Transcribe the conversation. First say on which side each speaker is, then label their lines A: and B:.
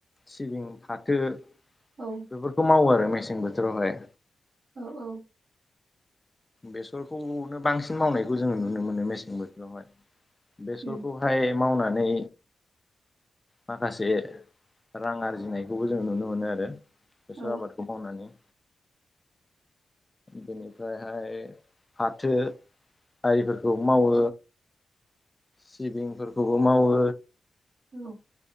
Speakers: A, on the left (about 20°); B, on the right (about 65°).
A: सिबिं, फाथो-
B: औ-
A: बेफोरखौ मावो आरो मेसें बोथोरावहाय
B: औ औ
A: बेसरखौनो बांसिन मावनायखौ जोङो नुनो मोनो मेसें बो थोरावहाय बेसरखौहाय
B: उम
A: मावनानै माखासे रां आरजिनायखौबो जों नुनो मोनो आरो बेसर
B: औ
A: आबादखौ मावनानै। बेनिफ्रायहाय फाथो आरि फोरखौ मावो सिबिंफोरखौबो मावो
B: औ